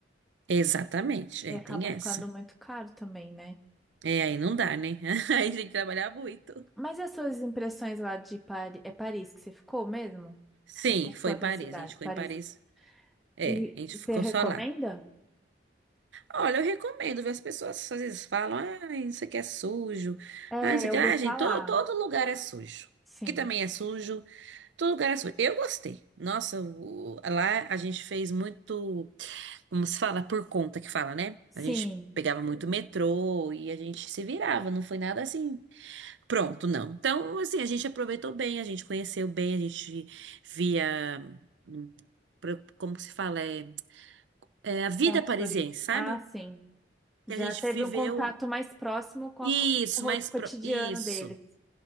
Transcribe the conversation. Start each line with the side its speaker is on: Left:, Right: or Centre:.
Right: Exatamente.
Centre: E
Right: É,
Centre: acaba
Right: tem essa.
Centre: ficando muito caro também, né?
Right: É, aí não dá, né? <laughs> Aí tem que trabalhar muito.
Centre: Mas e as suas impressões lá de Paris? É Paris que você ficou mesmo?
Right: Sim,
Centre: Ou você ficou
Right: foi
Centre: em
Right: em
Centre: outra
Right: Paris.
Centre: cidade,
Right: A gente ficou
Centre: Paris?
Right: em Paris. É,
Centre: E
Right: a gente
Centre: e
Right: ficou
Centre: você recomenda?
Right: só lá. Olha, eu recomendo, viu? As pessoas às vezes falam, ah, isso aqui é sujo,
Centre: É,
Right: ah, isso aqui,
Centre: eu ouvi
Right: ah, gente,
Centre: falar.
Right: to- todo lugar é sujo.
Centre: Sim.
Right: Aqui também é sujo, todo lugar é sujo. Eu gostei. Nossa, o- lá a gente fez muito, como se fala, por conta que fala, né?
Centre: Sim.
Right: A gente pegava muito metrô e a gente se virava, não foi nada assim, pronto, não. Então, assim, a gente aproveitou bem, a gente conheceu bem, a gente via, hum, pro- como que se fala, é, é a vida
Centre: Pontos
Right: parisiense,
Centre: turísticos.
Right: sabe?
Centre: Ah, sim.
Right: que
Centre: Já
Right: a gente
Centre: teve
Right: viveu.
Centre: um contato mais próximo com,
Right: Isso,
Centre: a co- com o roto
Right: mais
Centre: cotidiano
Right: pro... Isso,
Centre: deles.